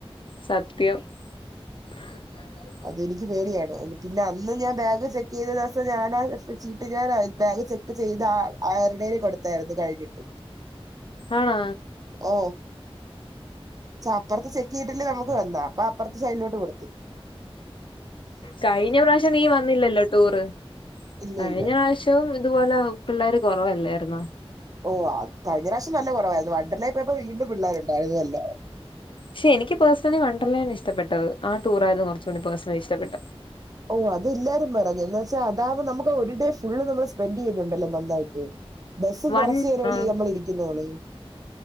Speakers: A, on the left; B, on the right.
A: സത്യം <unintelligible> <inaudible>
B: അത് എനിക്ക് പേടിയാണ് പിന്നെ അന്ന് ഞാൻ ബാഗ് ചെക്ക് ചെയ്ത ദിവസം ഞാാനാ ചീട്ട് ഞാൻ ബാഗ് ചെക്ക് ചെയ്ത് ആയിരണരെ കൊടുത്തായിരുന്നു കഴിഞ്ഞിട്ട്
A: ആഹ്
B: ഓ സപ്പറ ചെക്ക് ചെയ്തിട്ട് നമുക്ക് വന്നാ അപ്പ അപ്പുറത്തെ സൈലിലോട്ട്ടുത്തു
A: കഴിഞ്ഞ പ്രാവശ്യം നീ വന്നില്ലല്ലോ ടൂറ്
B: ഇല്ല
A: കഴിഞ്ഞ
B: ഇല്ല
A: പ്രാവ്ശവും ഇതുപോലെ പിള്ളേർ കുറവല്ലായിരുന്നോ
B: ഓഹ കഴിഞ്ഞ പ്രാവശ്യം നല്ല കുറവായിരുന്നു വണ്ടർലേപ്പോ യപ്പോ വീണ്ടും പിള്ളേരു ഉണ്ടായിരുന്നു അല്ല
A: പക്ഷെ എനിക്ക് പേഴ്സണലി വണ്ടർലോണ് ഇഷ്ടപ്പെട്ടത് ആ ടൂറായരുന്നു കുറച്ച് കൂടി പേഴ്സണലി ഇഷ്ടപ്പെട്ടത്.
B: ഓ അത് എല്ലാരും പറഞ്ഞു എാ വച്ചാ അതാകുമ്പോ നമുക്ക് ഒരു ഡേ ഫള് നമ്മൾ സ്പെൻഡ് ചെയ്യുന്നുണ്ടല്ലോ നന്നായിട്ട് ബസ്സും
A: വൺ
B: കുറച്ചു നേരലേ
A: ആ
B: നമ്മള് ഇരിക്കുന്നോള്